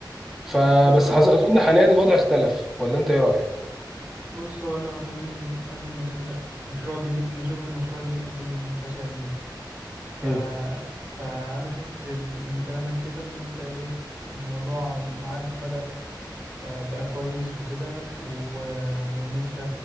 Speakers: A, in the centre; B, on the right.
A: فبس
B: حلو اوي
A: حظ- اظن حاليا الوضع اختلف ولا انت ايه رايك؟
B: بص هو انا خليني قبل ما نبدأ مشروع جديد نشوف المشروع القديم فشل ليه ف...
A: مم.
B: فانا شفت ال- من كلامك كده ان انت ايه الموضوع معاك بدأ آه، بقى كويس وكده و... وان انت